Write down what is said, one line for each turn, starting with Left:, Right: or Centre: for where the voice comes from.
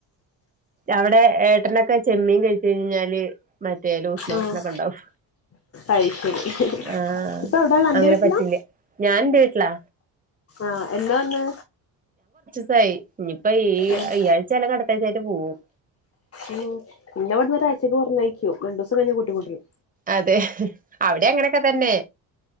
Right: അവിടെ ഏട്ടനൊക്കെ ചെമ്മീൻ കഴിച്ച കഴിഞ്ഞാല്. മറ്റേ.
Left: ആഹ്
Right: !!!!!!!!!! ണ്ടാവും.
Left: അയ് ശരി
Right: ആഹ്,
Left: ഇപ്പൊ എവിടാ ഉള്ളെ അന്റെ
Right: അങ്ങനെ
Left: വീട്ടിലാ
Right: പറ്റില്ല. ഞാന് ന്റെ വീട്ടിലാ...
Left: ആഹ്, എന്ന വന്ന്?
Right: സായി ഇനിയിപ്പ ഈ
Left: ഏഹ്
Right: ഈ ആഴ്ച അാലക്കെ അടുത്താഴ്ച ആായിട്ട് പോകവും
Left: ഉം പിന്നെവിടുന്ന് ഒ ഒരുരാച്ചയ്ക്ക് പറഞ്ഞഴക്കോ രണ്ട ദിവസം കഴിഞ്ഞ കൂട്ടിക്കൊണ്ടും
Right: അതെ അവിടെ അങ്ങനെയൊക്കെ തന്നെ